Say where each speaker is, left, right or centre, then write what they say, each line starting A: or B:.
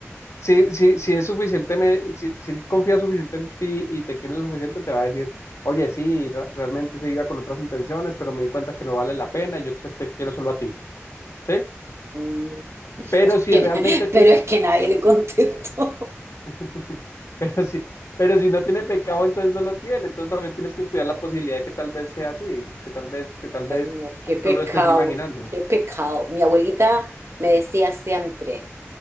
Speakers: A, on the left; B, on the right.
A: si, si, si es suficiente, me, si, si él confía suficiente en ti y te quiere lo suficiente, te va a decir, oye, sí, ra- realmente se iba con otras intenciones, pero me di cuenta que no vale la pena y yo te, te quiero solo a ti, ¿sí?
B: Mm,
A: Pero
B: <laughs> Pero es
A: si
B: que,
A: realmente tiene,
B: pero es que nadie
A: sí,
B: le contestó.
A: <laughs> pero si, pero si no tiene pecado, entonces no lo tiene. Entonces también tienes que estudiar la posibilidad de que tal vez sea así, que tal vez, que tal vez
B: Ay, no, qué pecado,
A: tú lo estés imaginando.
B: qué pecado. Mi abuelita me decía siempre.